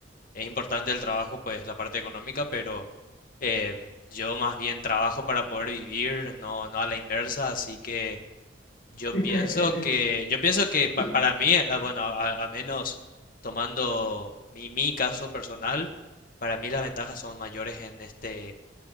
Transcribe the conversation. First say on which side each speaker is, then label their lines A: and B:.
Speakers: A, on the left (about 50°); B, on the left (about 75°).
A: es importante el trabajo, pues la parte económica, pero em, yo más bien trabajo para poder vivir, no, no a la inversa, así que Yo
B: Ok,
A: pienso
B: sí.
A: que, yo pienso que pa-
B: Sí,
A: para mí, eh, ah, bueno, a, a- a menos tomando mi, mi caso personal, para mí las ventajas son mayores en este